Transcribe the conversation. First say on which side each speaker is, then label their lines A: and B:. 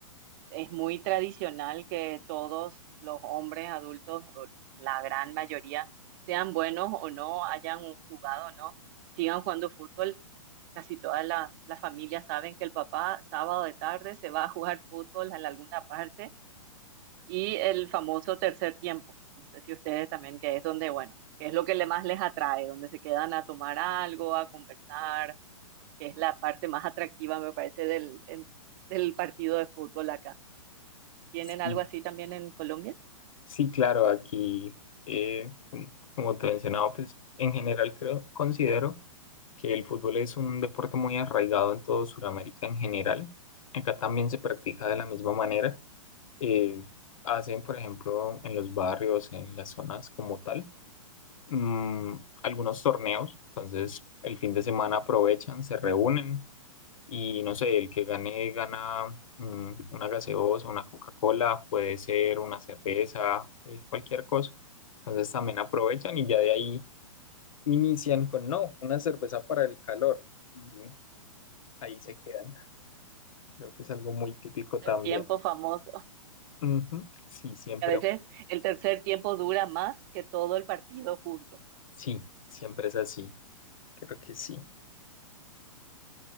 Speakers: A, on the right (about 35°); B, on the left (about 70°).
A: es muy tradicional que todos los hombres adultos, o la gran mayoría, sean buenos o no, hayan jugado o no, sigan jugando fútbol. Casi todas las, las familias saben que el papá sábado de tarde se va a jugar fútbol en alguna parte y el famoso tercer tiempo. No sé si ustedes también, que es donde, bueno, que es lo que le más les atrae, donde se quedan a tomar algo, a conversar, que es la parte más atractiva, me parece, del, en- del partido de fútbol acá. ¿Tienen
B: Sí,
A: algo así también en Colombia?
B: sí, claro, aquí, eh, com- como te mencionaba, pues en general creo, considero que el fútbol es un deporte muy arraigado en todo Sudamérica en general. Acá también se practica de la misma manera. Eh, hacen, por ejemplo, en los barrios, en las zonas como tal, mm, algunos torneos. Entonces, el fin de semana aprovechan, se reúnen y no sé, el que gane gana mm, una gaseosa, una Coca-Cola, puede ser una cerveza, eh, cualquier cosa. Entonces también aprovechan y ya de ahí inician con, no, una cerveza para el calor. Y ahí se quedan. Creo que es algo muy típico
A: El
B: también.
A: tiempo famoso. <laughs>
B: Ujú, Sí, siempre,
A: A veces el tercer tiempo dura más que todo el partido junto.
B: sí, siempre es así. Creo que sí.